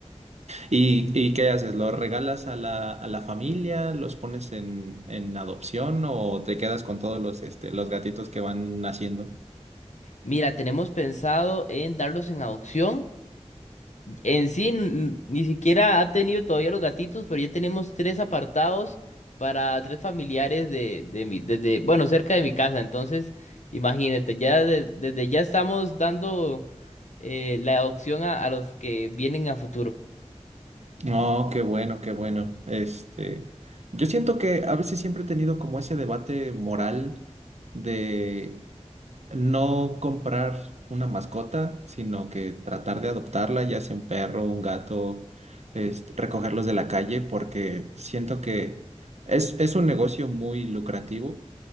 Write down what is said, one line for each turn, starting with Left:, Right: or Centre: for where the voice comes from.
Right: ¿Y, y qué haces? ¿Los regalas a la, a la familia? ¿Los pones en, en adopción o te quedas con todos los, este, los gatitos que van naciendo?
Left: Mira, tenemos pensado en darlos en adopción. En sí, n- ni siquiera ha tenido todavía los gatitos, pero ya tenemos tres apartados para tres familiares de, de mi, desde, bueno, cerca de mi casa. Entonces, imagínate, ya de- desde ya estamos dando eh, la adopción a, a los que vienen a futuro.
Right: Oh, qué bueno, qué bueno. Este, yo siento que a veces siempre he tenido como ese debate moral de no comprar una mascota, sino que tratar de adoptarla, ya sea un perro, un gato, este, recogerlos de la calle, porque siento que es, es un negocio muy lucrativo,